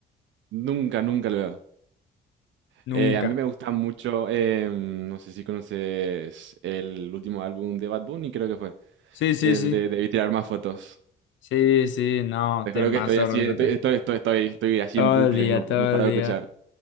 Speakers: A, on the right; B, on the left.
A: Nunca, nunca lo veo.
B: Nunca.
A: Eh, a mí me gusta mucho, em, no sé si conoces el último álbum de Bad Bunny, creo que fue,
B: Sí, sí,
A: el
B: sí.
A: de Debí tirar más fotos.
B: Sí, sí, no,
A: Te
B: temazo
A: juro que estoy así,
B: realmente.
A: estoy, estoy, estoy, estoy, estoy así
B: Todo
A: en bucle,
B: el día,
A: no,
B: todo
A: no paro
B: el
A: de
B: día.
A: escuchar.